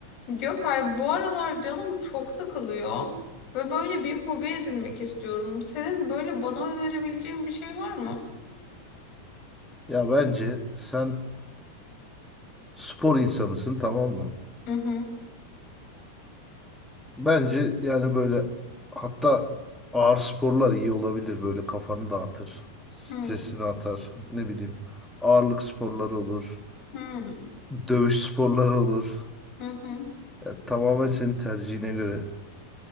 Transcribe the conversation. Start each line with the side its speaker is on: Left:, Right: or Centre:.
Left: Gökay bu aralar canım çok sıkılıyor ve böyle bir hobi edinmek istiyorum. Senin böyle bana önerebileceğin bir şey var mı?
Centre: Ya bence sen spor insanısın tamam mı?
Left: Hı hı.
Centre: Bence yani böyle hatta ağır sporlar iyi olabilir böyle kafanı dağıtır, stresini
Left: Hı
Centre: atar, ne bileyim ağırlık sporları olur,
Left: hı.
Centre: dövüş sporları olur.
Left: Hı hı.
Centre: Ya tamamen senin tercihine göre